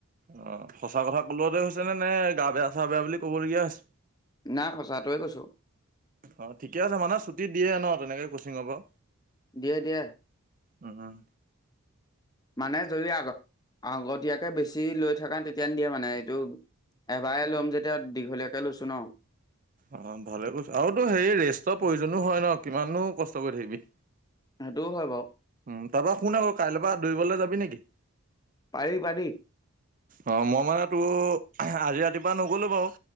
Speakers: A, on the right (about 40°); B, on the left (about 20°).
A: অ, সঁচা কথা কলতে হৈছে নে, নে, গা, বেয়া, চা বেয়া বুলি কবলগীয়া হৈছে?
B: না, সঁচাটোৱে কৈছো।
A: অ, ঠিকে আছে মানে ছুটি দিয়ে ন তেনেকে কচিঙৰ পৰাও?
B: দিয়ে, দিয়ে।
A: উম, উম।
B: মানে যদি আগত, আগতীয়াকে বেছি লৈ থকা তেতিয়া নিদিয়ে মানে। টো এবাৰে লম যেতিয়া দীঘলীয়াকে লৈছো ন।
A: অ, ভালে কৰিছ, আৰু তো হেৰি ৰেষ্টৰ প্ৰয়োজনো হয় ন, কিমানো কষ্ট কৰি থাকিবি।
B: সেইটোও হয় বাও।
A: উম তাৰপৰা শুন আকৌ কাইল পৰা দৌৰিবলে যাবি নেকি?
B: পাৰি পাৰি।
A: অ মই মানে তোৰ আজি ৰাতিপুৱা নগলো বাও।